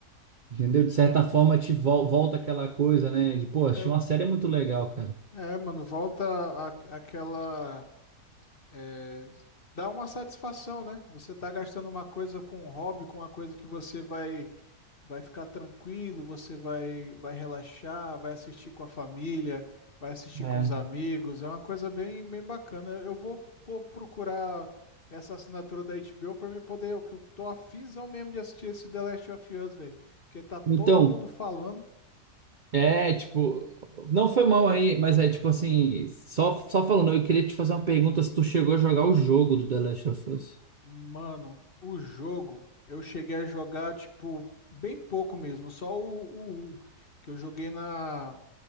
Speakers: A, on the right; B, on the left.
A: entendeu? De certa forma, te vol- volta aquela coisa, né? De, pô, achei
B: é,
A: uma série muito legal, cara.
B: é, mano, volta a, aquela é, dá uma satisfação, né? Você tá gastando uma coisa com um hobby, com uma coisa que você vai vai ficar tranquilo, você vai, vai relaxar, vai assistir com a família, vai assistir
A: É.
B: com os amigos. É uma coisa bem, bem bacana. Eu vou, vou procurar essa assinatura da HBO para me poder, o que eu tô afinzão mesmo de assistir esse The Last of Us, velho, porque tá todo
A: Então,
B: mundo falando.
A: é tipo, não foi mal aí, mas é tipo assim, só, só falando, eu queria te fazer uma pergunta se tu chegou a jogar o jogo do The Last of Us.
B: Mano, o jogo, eu cheguei a jogar tipo bem pouco mesmo, só o, o 1, que eu joguei na